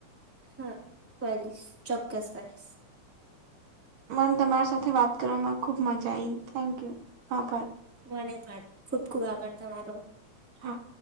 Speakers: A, in the centre; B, on the right.
A: હા કરીશ ચોક્કસ કરીશ.
B: મને તમારી સાથે વાત કરવામાં ખૂબ મજા આવી થેન્ક યુ <unintelligible>
A: મને પણ ખુબ ખુબ આભાર તમારો.
B: હા.